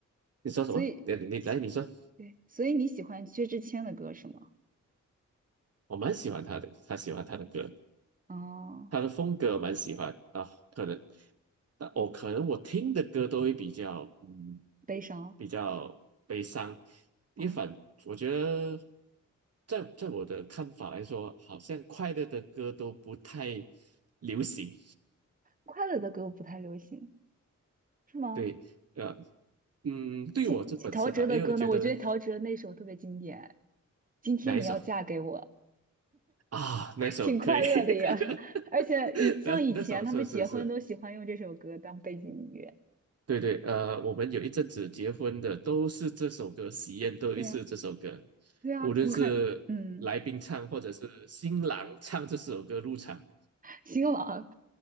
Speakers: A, on the right (about 50°); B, on the right (about 25°).
A: 你说什么？
B: 所以所
A: 你你你来，你说，
B: 对，所以你喜欢薛之谦的歌是吗？
A: 我蛮喜欢他的，他喜欢他的歌。
B: 哦，
A: 他的风格蛮喜欢啊，可能，但我可能我听的歌都会比较，嗯，
B: 悲伤，
A: 比较悲伤。一反，
B: 哦。
A: 我觉得在在我的看法来说，好像快乐的歌都不太流行。
B: 快乐的歌不太流行，是吗？
A: 对，呃，嗯，对我这本身的，
B: 今陶喆的歌呢？
A: 因为我觉得
B: 我觉得陶喆那首特别经典，《今天你要嫁给我》，
A: 哪一首啊，哪一首可以，
B: 挺快乐的呀。
A: <laughs>
B: <laughs> 而且以像以前他们结婚都喜欢用这首歌当背景音乐。
A: 那那首是是是。对对，呃，我们有一阵子结婚的都是这首歌，喜宴都是这首歌，
B: 对呀，对呀，
A: 无论是来宾唱或者是新郎唱这首歌入场。
B: 我看，嗯，新郎，